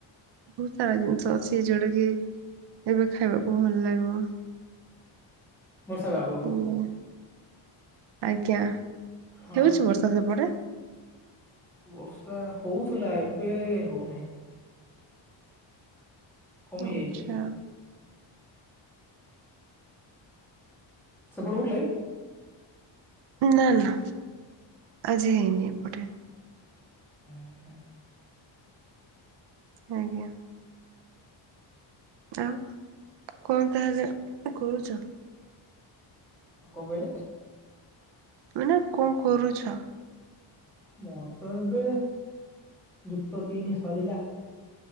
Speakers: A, on the right; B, in the centre.
A: ବହୁତ ସାରା ଜିନିଷ ଅଛି ଯୋଉଟା କିି ଏବେ ଖାଇବାକୁ ଭଲ ଲାଗିବ।
B: ବର୍ଷା ପାଗକୁ
A: ଲାଗିବ ଆଜ୍ଞା ହେଉଛି
B: ହଁ ହଁ
A: ବର୍ଷା ସେପଟେ?
B: ବର୍ଷା ହଉଥିଲା ଏବେ ହଉନାଇ। କମି
A: ଆଚ୍ଛା।
B: ଯାଇଛି ଏବେ ସେପଟେ ହଉଥିଲା କି?
A: ନା ନା ଆଜି ହେଇନି ଏପଟେ।
B: ଏହେ
A: ଆଜ୍ଞା। ଆଉ କଣ ତାହେଲେ କରୁଛ?
B: କଣ କହିଲେ?
A: ମାନେ କଣ କରୁଛ?
B: ମୋର ତ ଏବେ ଯୁକ୍ତ ତିନି ସରିଲା।